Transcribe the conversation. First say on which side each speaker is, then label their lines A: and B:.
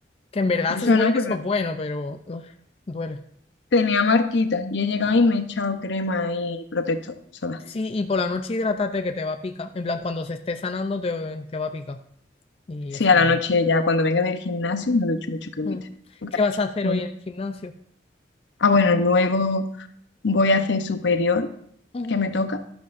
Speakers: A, on the left; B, on the left.
A: que en verdad
B: Yo
A: se
B: eso
A: supone
B: no,
A: que
B: pero
A: eso es bueno, pero uf, duele.
B: tenía marquitas y he llegado y me he echado crema y protector sola.
A: Sí, y por la noche hidrátate que te va a picar. En plan, cuando se esté sanando te, te va a picar. Y
B: Sí,
A: es
B: a
A: una...
B: la
A: mierda.
B: noche ya cuando venga del gimnasio me ducho mucho cremita.
A: Mm.
B: Lo
A: ¿Qué
B: que ha
A: vas
B: hecho.
A: a hacer
B: Bueno.
A: hoy en el gimnasio?
B: Ah, bueno, luego voy a hacer superior
A: Ujú.
B: que me toca